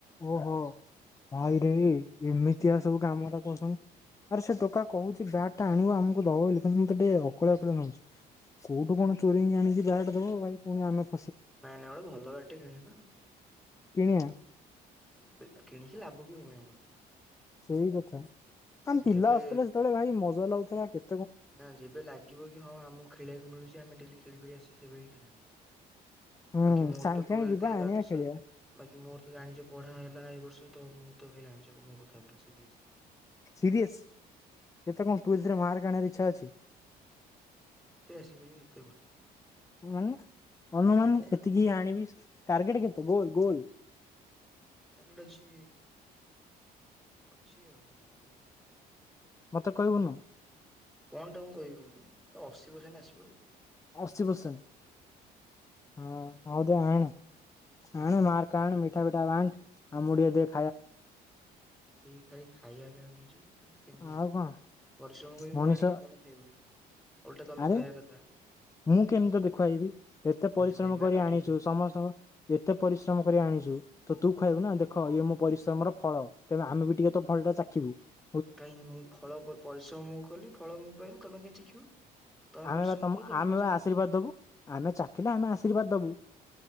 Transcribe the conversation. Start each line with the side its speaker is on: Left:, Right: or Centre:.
Left: ଓହୋ ଭାଇରେ ଏମିତି ଆସ ସବୁ ଗାମା କରଛନ୍ତି ଆ ସେ କ କହୁଛି ବ୍ୟାଗ୍ ଟା ଆଣିବ ଆମକୁ ଦବ ବୋଲି କିନ୍ତୁ ମୁଁତେ ଟିକେ ଅକଳିଆ ଅକଳିଆ ଲାଗୁଚି କୋଉଠୁ ଆ କଣ ଚୋରେଇକି ଆଣିିକି ବ୍ୟାଟ୍ ଦବ ଭାଇ ପୁଣି ଆମ
Centre: ନାଇଁ ନାଇଁ ଗୋଟେ ଭଲ ବ୍ୟାଟଟେ କିଣିବା ନା।
Left: କିଣିବା।
Centre: ଏବେ କିଣିକି ଲାଭ ବି ହଉନି ଆମର।
Left: ସେଇ କଥା ଆମେ ପିଲା
Centre: ଯେବେ
Left: ଆସୁଥିଲେ ସେତେବେଳେ ଭାଇ ମଜା ଲାଗୁଥିଲା କେତ
Centre: ନା ଯେବେ ଲାଗିବ କି ହଁ ଆମକୁ ଖେଳିବାକୁ ମିଳୁଛି ଆମେ ଡେଲି ଖେଳିପାରି ଆସେ ସେବେ ହି ଖେଳାହେବ।
Left: ହୁଁ
Centre: ବାକି ମୋର
Left: ସାଙ୍ଗେ
Centre: ତ
Left: ସାଙ୍ଗେ
Centre: ଟୁଏଲଥ
Left: ଯିବା
Centre: ଗ୍ରାଜୁଏସନ
Left: ଆଣିବା ଖେଳିବା
Centre: ବାକି ମୋର୍ ତ ଜାଣିଛ ପଢା ହେଲା ଏର୍ଷ ତ ମୁଁ ତ ଭାଇ ଜାଣିଛ ମୋ କଥା ପୁରା ସିରିଏସ
Left: ସିରିଏସ୍ କେତେ କଣ ଟୁଏଲଥ ରେ ମାର୍କ ଆଣିବା ଦେଖି ଇଚ୍ଛା ଅଛି।
Centre: ଯେତେ ଆସିପାରିବ ସେତେ ଭଲ।
Left: ମାନେ ଅନୁମାନ
Centre: ଯେତେ ଆସିପାରିବ।
Left: ଏତିକି ଆଣିବି। ଟାର୍ଗେଟ କେତେ ଗୋଲ ଗୋଲ।
Centre: ଟାର୍ଗେଟ ଅଛି ଅଛି ଆଉ। କଣ କହିବି?
Left: ମତେ କହିବୁନୁ।
Centre: କଣ ଟା ମୁଁ କହିବି କହୁନୁ ଏ ଅଶୀ ପରସେଣ୍ଟ ଆସିବ ଆଉ କେତେ ।
Left: ଅଶୀ ପରସେଣ୍ଟ ହଁ ହଉ ଦେ ଆଣେ ।
Centre: ହୁଁ।
Left: ଆଣେ ମାର୍କ ଆଣେ ମି ମିଠା ପିଠା ବାଣ୍ଟ ଆମକୁ ଟିକେ ଦେ ।
Centre: ସେଇ ଖାଲି ଖାଇବା । ପାଇଁ ଅନେଇଚୁ । ମୁଁ କେମିତି
Left: ଆଉ
Centre: ଆଣିବି
Left: କଣ
Centre: ପରିଶ୍ରମ କରି
Left: ମଣିଷ
Centre: ମୁଁ ଆଣିବି ତମେ ଖାଇବ ଓଲଟା ତମେ
Left: ଆରେ
Centre: ଖୁଆଇବା କଥା ।
Left: ମୁଁ କେମିତି ତତେ ଖୁଆଇବି ଏତେ ପରିଶ୍ରମ
Centre: ଖୁଆଇବି ମାନେ
Left: କରି
Centre: ପାଟିରେ
Left: ଆଣିଛୁ
Centre: ଖୁଆଇବି।
Left: ସମସ୍ତଙ୍କ ଏତେ ପରିଶ୍ରମ କରି ଆଣିଛୁ । ତୁ ତ ତୁ ଖୁଆଇବୁ ନା ଦେଖ ଇଏ ମୋ ପରିଶ୍ରମର ଫଳ ତେବେ ଆମେ ବି ଟିକେ ତୋ ଫଳ ଟା ଚାଖିବୁ ।
Centre: କାହିଁକି ମୁଁ ଫଳ ପ ପରିଶ୍ରମ ମୁଁ କଲି ଫଳ ମୁଁ ପାଇଲି ତମେ କାହିଁ ଚାଖିବ ତମେ
Left: ଆମେ
Centre: ପରିଶ୍ରମ
Left: ବା ତମ
Centre: କର ତମେ
Left: ଆମେ
Centre: ।
Left: ବା ଆଶୀର୍ବାଦ ଦବୁ ଆମେ ଚାଖିଲେ ଆମେ ଆଶୀର୍ବାଦ ଦବୁ